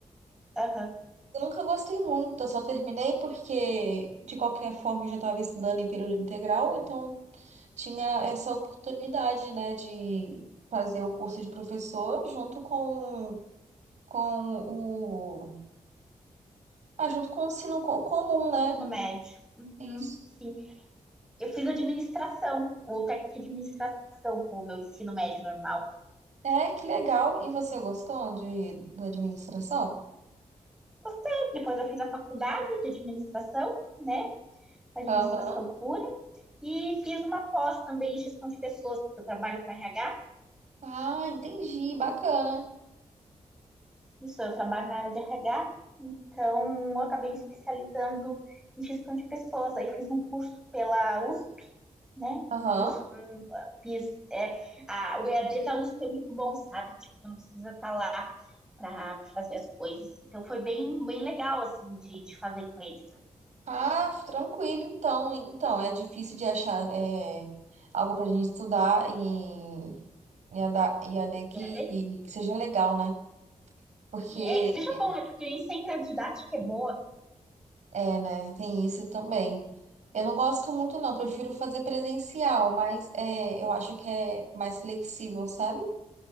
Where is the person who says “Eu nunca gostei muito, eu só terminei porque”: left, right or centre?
Right